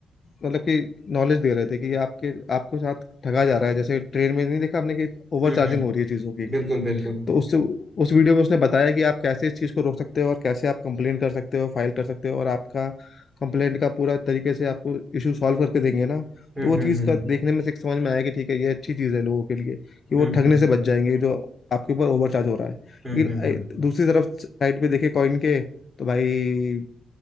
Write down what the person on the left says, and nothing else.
मतलब कि नॉलेज दे रहे थे कि आपके आपको साथ ठगा जा रहा है जैसे ट्रेन में नहीं देखा आपने कि ओवर
चार्जिंग
हो रही है चीज़ों की
तो उससे उस वीडियो में उसने बताया कि आप कैसे इस चीज़ को रोक सकते हो और कैसे आप कंप्लेन कर सकते हो फाइल कर सकते हो और आपका कंप्लेंट का पूरा तरीके से आपको इशू सॉल्व करके देंगे ना
तो वो चीज़
का देखने में से एक समझ में आया कि ठीक है ये अच्छी चीज़ है लोगों के लिए कि वो
ठगने
से बच जाएंगे जो आपके ऊपर ओवरचार्ज हो रहा है
लेकिन
अ,
दूसरी तरफ साइड पे देखे कॉइन के तो भाई